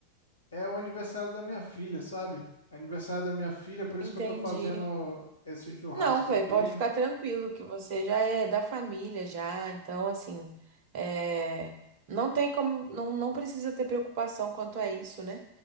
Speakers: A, on the left; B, on the right.
A: é o aniversário da minha filha, sabe? É aniversário da minha filha, por isso
B: Entendi.
A: que eu tô fazendo esse churrasco
B: Não, Clay,
A: aqui.
B: pode ficar tranquilo que você já é da família já, então assim, é, não tem como, não, não precisa ter preocupação quanto a isso, né?